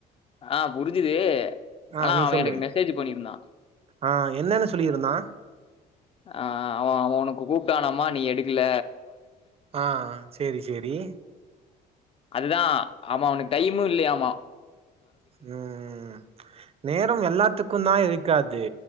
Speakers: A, on the left; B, on the right.
A: ஆ புரிஞ்சுது
B: ஆ
A: ஆனா
B: நீ
A: அவ
B: சொல்லு
A: எனக்கு மெசேஜ் பண்ணிருந்தா
B: ஆ என்னனு சொல்லிருந்தா
A: அ அ அவ அவ உனக்கு கூப்டானாமா நீ எடுக்கில
B: ஆ ஆ செரி செரி
A: அதுதா ஆமா அவனுக்கு டைமும் இல்யாமா
B: ம் ம் ம் நேரோ எல்லாத்துக்கும் தா இருக்காத் தே